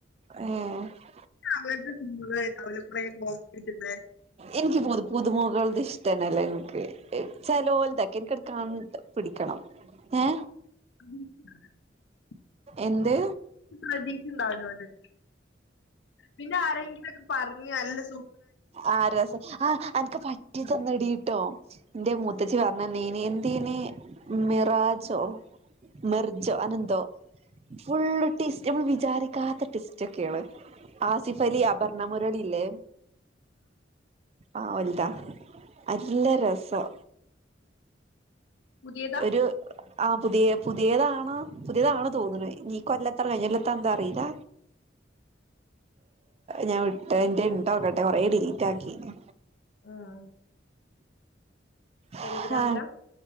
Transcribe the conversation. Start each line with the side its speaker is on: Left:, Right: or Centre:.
Right: ഉം <inaudible>
Left: അവ അവ പ്രേുന്ന <inaudible>
Right: എനിക്ക് എനിക്ക് പുതപ്പ് മുഖത്ത് ഇടുന്ന ഇഷ്ടമല്ല എനിക്ക് ചലോലുതാക്കെ എനിിക്കെടുക്ക പിടിക്കണം ഏ
Left: ഉ <inaudible> <inaudible>
Right: എന്ത്
Left: പ്രതീക്ഷുണ്ടാവല്ലോ അത പിന്നെ ആരെങ്കിലുംൊക്കെ പറഞ്ഞു നല്ല സ
Right: ആ രസ ആഹ എനക്ക് പറ്റി ചന്നെടിട്ടോ എന്റെ മുത്തച്ച പറഞ്ഞ നീന തനിെ മിറാജോ മിർജോ അനന്തോ ഫുള്ള് ടേസ്റ്റ് നമ്മൾ വിചാരിക്കാത്ത ടടെസ്റ്റ് ഒക്കെയാണ് ആസിഫ് അലി അഭർണമുരളില്ലേ ആ് ഒതാ അല്ല രസം
Left: പുതിയതാ
Right: ഒരു ആഹ് പുതിയ പുതിയതാാണ്ോ പുതിയതാണോ തോന്നുന്നു നീക്ക അല്ലാത്താ കഴിഞ്ഞല്ലാത്ത എന്താ അറിയില്ല
Left: <inaudible>
Right: ഞാൻ വിട്ട എന്റെ ഉണ്ടോക്കട്ടെ കൊറെേ ഡിലീറ്റ് ആക്കിന്
Left: ആഹ് ടെലിഗ്രാമിലാ
Right: ആഹ